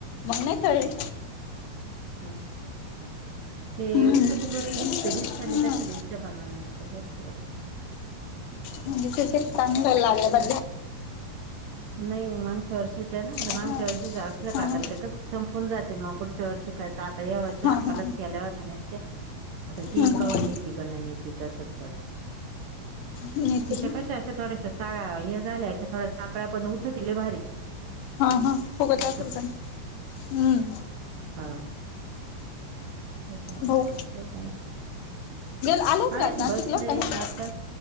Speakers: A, on the left; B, on the right.
A: मग नाही तरी
B: हम ते
A: हम्म
B: उठते भरपूर ते दिसत
A: हा
B: आणि तशा दिसत पणवा नंतर भरपूर उठत
A: म्हणजे तती चांग लागला बा
B: नाही मागच्या वर्षीच्या ना
A: हा
B: मागच्या वर्षीच्या असल्या का आता
A: हा
B: ते संपून जातील मग पुढ. मागच्या वर्षी करता आता या वर्षी
A: हा
B: अक्कालच
A: हा
B: केल्या होता नसते. आता ती
A: हा
B: कावा न येते का नाही नेत तशाच पडत.
A: नाहीतर
B: तिच्या कशा अशा थोड्याशा सा झाल्या अशा थोड्या साकळ्या पण उठतील भारी.
A: हा हा फुकत
B: असं
A: असेल सण हम्म.
B: हा त्याच्या
A: भाऊ
B: काही ट्शन नाही
A: गेल आला होता का आज
B: काय
A: नाशिकला
B: बसले
A: का नाही
B: आताच